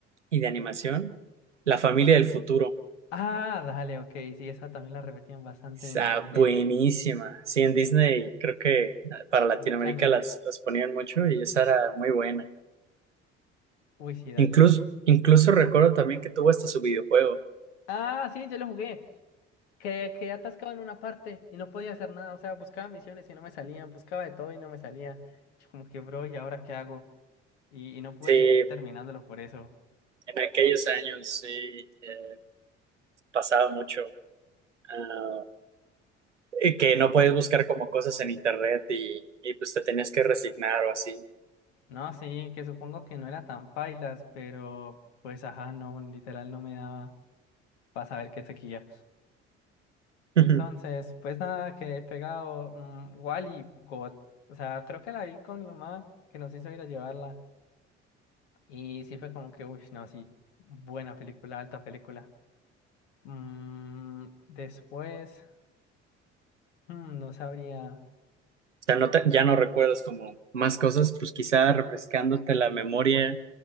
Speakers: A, on the right; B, on the left.
A: y de animación, La familia del futuro.
B: Ah, dale, ok, sí, esa también la repetían bastante
A: Está
B: en
A: buenísima.
B: Disney,
A: Sí, en Disney creo que ah, para Latinoamérica
B: Disney Channel.
A: las, las ponían mucho y esa era muy buena.
B: Uy, sí, dale.
A: Incluso, incluso recuerdo también que tuvo hasta su videojuego.
B: Ah, sí, yo lo jugué. Que quedé atascado en una parte y no podía hacer nada. O sea, buscaba misiones y no me salían, buscaba de todo y no me salía. Yo como que, bro, ¿y ahora qué hago? Y, y no pude
A: Sí,
B: seguir terminándolo por eso.
A: en aquellos años sí eh, pasaba mucho. Ah, eh, que no puedes buscar como cosas en internet y, y, pues te tenías que resignar o así.
B: No, sí, que supongo que no era tan pailas, pero pues ajá, no, literal no me daba para saber qué toquilla. Entonces,
A: Ujú.
B: pues nada, quedé pegado. mm, Wall-E God. O sea, creo que la vi con mi mamá, que nos hizo ir a llevarla. Y sí fue como que, uy, no, sí, buena película, alta película. Mm, después, mm, no sabría.
A: O sea, no te- ya no recuerdas como más cosas, pues quizá refrescándote la memoria.